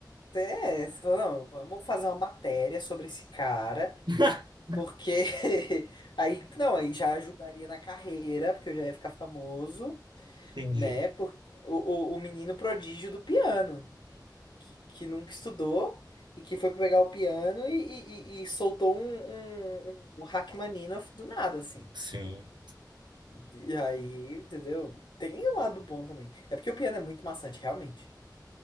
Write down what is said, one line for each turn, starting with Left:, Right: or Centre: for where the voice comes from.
Left: É, você fala, não, vamos fazer uma matéria sobre esse cara,
Right: <laughs>
Left: porque <laughs> aí, não, aí já ajudaria na carreira, porque eu já ia ficar famoso,
Right: Entendi.
Left: né? Por, o, o, o menino prodígio do piano. que, que nunca estudou e que foi pegar o piano e, e- e- e soltou um, um, um Rachmaninoff do nada, assim.
Right: Sim,
Left: E aí, entendeu? Tem o lado bom também. É porque o piano é muito maçante, realmente.